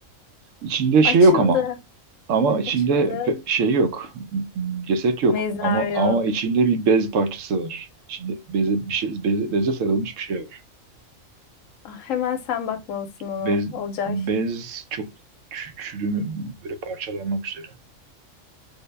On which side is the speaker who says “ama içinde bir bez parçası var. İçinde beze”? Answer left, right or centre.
Right